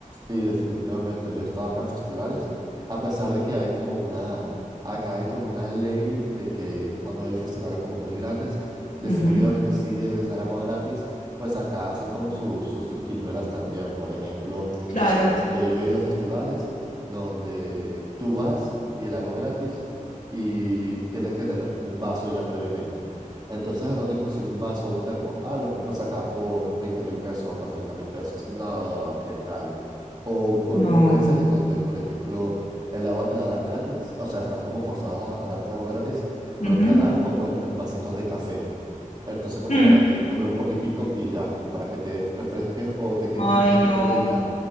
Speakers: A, on the right (about 30°); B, on the left (about 65°).
A: Sí, definitivamente. Yo he estado acá en festivales, a pesar de que hay como una, acá hay como una ley de que cuando hay festivales como muy grandes, definitivamente
B: Ujú,
A: sí debes dar agua gratis, pues acá hacen como sus, sus triquiñuelas también. Por ejemplo,
B: Claro.
A: este, yo he ido a festivales donde tú vas y el agua gratis y tienes que tener como un vaso ya previamente. Entonces, ¿a dónde consigo un vaso o un termo? Ah, lo compras acá por veinte mil pesos o por treinta mil pesos. No, ¿qué tal? O, o,
B: No.
A: o veces en donde, por ejemplo, el agua te la dan gratis, o sea, están como forzados a, a darte agua gratis, pero
B: Ujú.
A: te la dan como en, en vasitos de café. Entonces, como
B: Mm.
A: para que tomes un poquitico y ya, como para que te refresques o te quites
B: Ay,
A: la sed un
B: no.
A: poquito y ya.